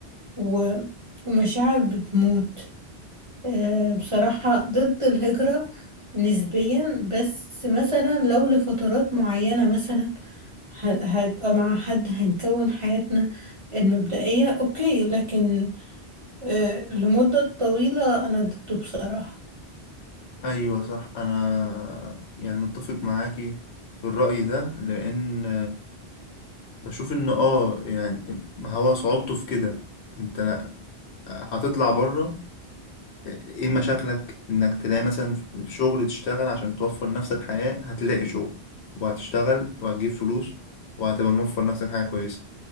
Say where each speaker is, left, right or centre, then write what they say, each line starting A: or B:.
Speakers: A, on the right (about 30°); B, on the left (about 80°).
A: و- ومشاعر بتموت أه، بصراحة ضد الهجرة نسبيا بس مثلا لو لفترات معينة مثلا ه- هيبقى مع حد هنكون حياتنا المبدئية أوكي لكن أه، لمدة طويلة أنا ضده بصراحة
B: ايوه صح انا يعني متفق معاكي في الرأي ده لان بشوف ان اه يعني ما هو صعوبته في كده انت لا- هتطلع بره ايه مشاكلك انك تلاقي مثلا في شغل تشتغل عشان توفر نفسك حياة هتلاقي شغل وهتشتغل وهتجيب فلوس وهتبقى موفر نفسك حاجة كويسة